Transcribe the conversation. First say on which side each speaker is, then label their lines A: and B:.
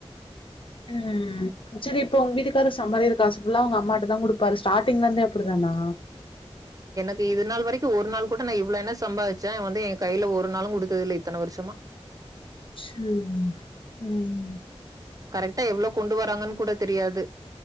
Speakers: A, on the left (about 55°); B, on the right (about 35°).
A: ம், சரி இப் ப உங்க வீட்டுக்காரு சம்பாதிக்ற காசு ஃபுல்லா அவங்க அம்மாகிட்டதா குடுப்பாரு ஸ்டாட்டிங்ல இருந்தே அப்டிதானா
B: இப்ப இது நாள் வரைக்கு ஒரு நாள் கூட நா இவ்ளோ என்ன சம்பாதிச்சே வந்து என் கையில ஒரு நாளும் குடுத்தது இல்ல இத்தன வருஷமா
A: சேரி, ம்
B: கரெக்டா எவ்வளோ கொண்டு வராங்கன்னு கூட தெரியாது